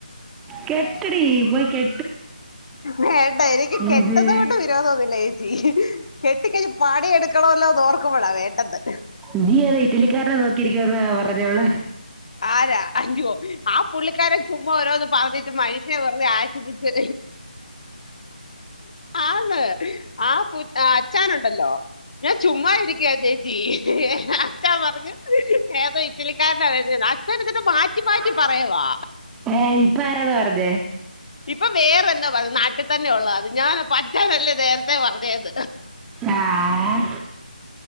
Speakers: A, in the centre; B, on the left (about 45°).
A: കെട്ടടി പോയി കെ
B: വേണ്ടാ എനിക്ക് കെട്ടുന്നത്
A: ഇത്
B: കൊണ്ട് വിരോധമൊന്നുല്ല ജീ കെട്ടിക്കഴിഞ്ഞ് പണിയെടുക്കണ ല്ലോന്ന് ഓർക്കുമ്പോഴാ വേണ്ടന്ന്
A: നീ ഏതോ ഇറ്റലിക്കാരനെ നോക്കിയിരിക്കുവെന്ന് പറഞ്ഞോള്
B: ആരാ അഞ്ചുവോ ആ പുള്ളിക്കാരൻ ചുമ്മാ ഓരോന്ന് പറഞ്ഞിട്ട് മനുഷ്യനെ വെറുതെ ആ ശിപ്പിച്ച് ആന്ന് ആ പു അച്ചാനുണ്ടല്ലോ ഞാൻ ചുമ്മാ ഇരിക്കുവാ ചേച്ചി അച്ഛാ പറഞ്ഞു ഏതോ ഇറ്റലിക്കാരനാ വെ തേതാ അച്ഛൻ എന്നിട്ട് മാറ്റി മാറ്റി
A: ആ.
B: പറയു വാ
A: ഏ ഇപ്പൊ ആരാ പറഞ്ഞേ
B: ഇപ്പൊ വേറെന്താ പറഞ്ഞേ നാട്ടിൽത്തന്നെ ഉള്ളതാ ഞാൻ അപ്പ അച്ച നല്ലേ നേരത്തെ പറഞ്ഞെന്നു
A: ആ